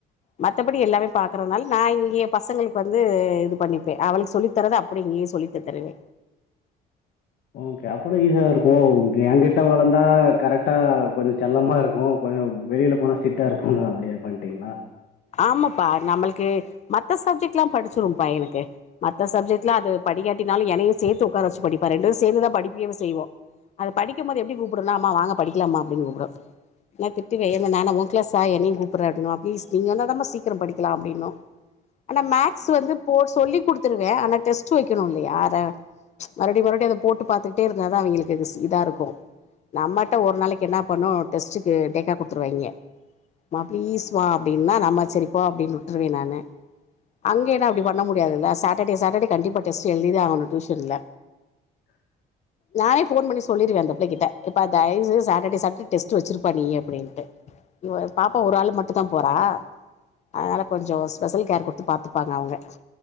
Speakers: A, on the left (about 40°); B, on the left (about 65°).
A: மத்தபடி எல்லாமே பாக்கறதுனால நா இங்கே பசங்களுக்கு வந்து இது பண்ணிப்பே அவளுக் சொல்லி தரத அப்டே இங்கே சொல்லி தந்துருவே
B: ஓகே அப்பனா ஈசியாதாருக்கு என்கிட்ட வளந்தா கரெட்டா கொஞ்சோ செல்லமா இருக்கு கொ ஓ வெளில போனா ஸ்டிட்டா இருக்குணு அப்டே பண்ட்டீங்ளா
A: ஆமாப்பா நம்முளுக்கு மத்த சப்ஜெக்ட்லா படிச்சிரும் ப்பா எனக்கு மத்த சப்ஜெக்ட்லா அது படிகாட்டானாலு என்னையு சேத்து உக்கார வச்சு படிப்பா ரெண்டு பேரு சேந்து தா படிக்கயே செய்வோ அது படிக்கம் போது எப்டி கூப்டுனா அம்மா வாங்க படிக்கலாம்மா அப்டின் கூப்டு நா திட்டுவே என்ன நா என்ன உன் கிளாஸா என்னையு கூப்புர்ற அப்டின்னுவ அம்மா ப்ளீஸ் நீங்க வந்தா தாம்மா சீக்ரோ படிக்லா அப்டின்னு ஆனா மேக்ஸ் வந்து போ சொல்லி குடுத்துருவே ஆனா டெஸ்ட் வைக்கணு இல்லையா அத மறுபடி மறுபடி அத போட்டு பாத்துகிட்டே இருந்தாதா அவிங்களுக்கு இதாருக்கு நம்மட்ட ஒரு நாளைக்கு என்னா பண்ணு டெஸ்ட்டுக்கு டேக்கா குடுத்துருவாய்ங்க ம்மா பிளீஸ் மா அப்டின்னா நம்ம சரி போ அப்டின் உட்ருவே நானு அங்கேன்னா அப்டி பண்ண முடியாதுல்ல சாட்டடே சாட்டடே கண்டிப்பா டெஸ்ட் எழுதிதா ஆகணு டூஷன்ல
B: <inaudible>
A: நானே ஃபோன் பண்ணி சொல்லிருவே அந்த புள்ளைக்கிட்ட எப்பா தய்வு சாட்டடே சாட்டடே டெஸ்ட் வச்சிருப்பா நீயு அப்டின்ட்டு இவ பாப்பா ஒரு ஆள் மட்டு தா போறா அதனால கொஞ்சோ ஸ்பெஷல் கேர் குடுத்து பாத்துப்பாங்க அவுங்க